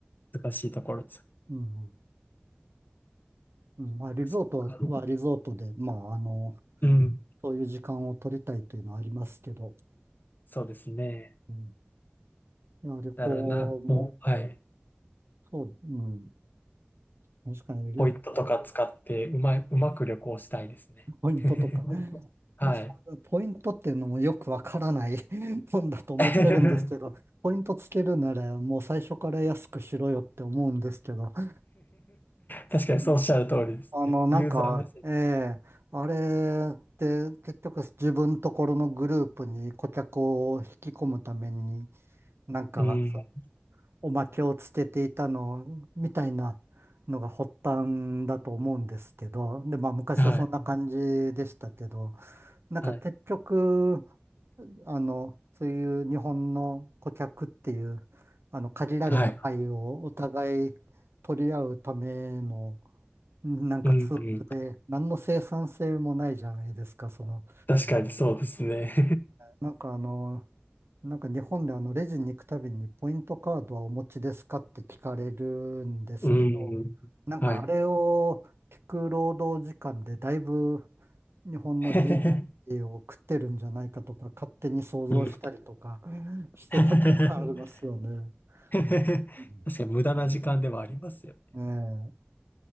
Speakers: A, on the left; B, on the right.
A: 難しいところです。
B: うん、うんまあ、リゾートは、
A: そっか。
B: はリゾートで、まあ、あの、
A: うん、
B: そういう時間を取りたいというのはありますけど、
A: そうですね。
B: うん、いや、旅行も、
A: だからな、もう、はい。
B: そう、うん、確かに、リ
A: ポイントとか使ってうまい、うまく旅行したいですね。
B: <laughs> ポイントとか、
A: <laughs> はい。
B: 私ポイントっていうのもよくわからない <laughs> もんだと思ってるんですけど、
A: <laughs>
B: ポイントつけるなら、もう最初から安くしろよって思うんですけど、ですかね
A: 確かにそうおっしゃる通りですね。
B: あの、なんか、
A: ユーザー目線。
B: ええ、あれって結局自分ところのグループに顧客を引き込むために、なんか、
A: うん。
B: そうおまけをつけていたの、みたいなのが発端だと思うんですけど、で、まあ昔はそんな感じでしたけど、
A: はい。
B: なんか結局、
A: はい。
B: あの、そういう日本の顧客っていう、あの、限られた愛をお互い
A: はい。
B: 取り合うためのなんかツールで、
A: うん。うん
B: 何の生産性もないじゃないですか、その、
A: 確かにそうですね。
B: なんかあの、なんか日本であのレジに行くたびにポイントカードはお持ちですかって聞かれるんですけど、
A: <laughs> うん。
B: なんかあれを聞く労働時間でだいぶ
A: はい。
B: 日本の
A: <laughs>
B: GDP を食ってるんじゃないかとか勝手に想像したりとかうんしてたことありますよね。
A: うん <laughs>。確
B: うん
A: かに無駄な時間ではありますよね。
B: ええ、